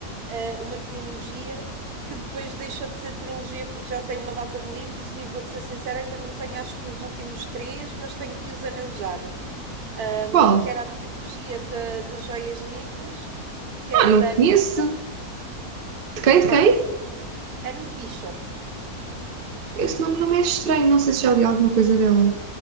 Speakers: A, on the right; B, on the right.
A: eh, uma trilogia que depois deixou de ser trilogia porque já tem uma data de livros e vou-te ser sincera, ainda não tenho acho que os últimos três, mas tenho que os arranjar. Hum,
B: Qual?
A: que era a trilogia da- das Joias Negras, que era
B: Ah, não
A: da
B: conheço.
A: Anne Bishop.
B: De quem? De
A: Pá,
B: quem?
A: Anne Bishop.
B: Esse nome não me é estranho, não sei se já li alguma coisa dela.